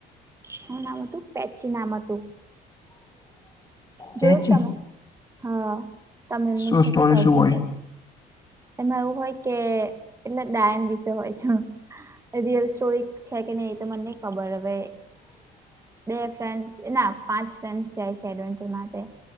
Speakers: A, on the right; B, on the left.
A: શું નામ હતું પેચ નામ હતું, જોયું
B: પેચી
A: છે તમે? હા તમિલનું
B: શું
A: છે
B: સ્ટોરી
A: કે સાઉથનું
B: શું હોય
A: છે? એમાં એવું હોય કે કેટલા ડાયન વિશે હોય છે. રિયલ સ્ટોરી છે કે નહીં એ તો મને નહીં ખબર હવે. બે ફ્રેન્ડસ ના પાંચ ફ્રેન્ડસ જાય છે એડવેન્ચર માટે.